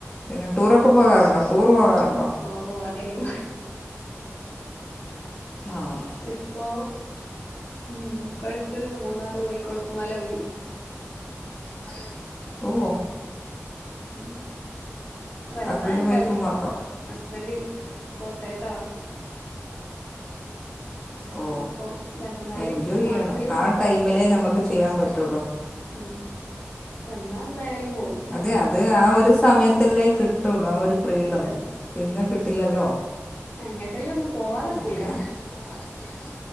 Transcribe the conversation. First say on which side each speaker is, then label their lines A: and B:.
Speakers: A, on the left (about 15°); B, on the left (about 50°).
A: പിന്നെ ടൂറൊക്കെ പോകാറുണ്ടോ ടൂർ പോകാറുണ്ടോ?
B: ഓഹ് അതെള്ളു
A: ആഹ്.
B: ഇപ്പോ ഉം ഇപ്പട്ത്ത് മൂന്നാറ് പോയി. കൊളുക്ക് മലോയി.
A: മലോയ് ഓഹ്.
B: ഉം വന്നാ
A: ഹസ്ബൻഡും
B: എന്തായാലും
A: വൈഫും
B: പോവും.
A: മാത്രം
B: അസ്ബന്റ് കോട്ടയത്താ വർക്ക്.
A: ഓ
B: അപ്പൊ വന്നാല്
A: എൻജോയ്
B: മാസ്ത്തില്
A: ചെയ്യണം
B: വരും
A: ആ ടൈമിലേ
B: അപ്പൊ വന്നാ
A: നമുക്ക് ചെയ്യാൻ പറ്റുള്ളൂ
B: ഉം വന്നാ എന്തായാലും പോവും.
A: അതെ അത് ആ ഒരു സമയത്തല്ലേ കിട്ടൊള്ളൂ ആ ഒരു ഫ്രീഡം
B: അതന്നെ
A: പിന്നെ
B: ഉം
A: കിട്ടില്ലല്ലോ
B: എങ്ങട്ടേലും ഒന്നും പോവാതെക്കൂല
A: അപ്പം പോവതക്കൂല.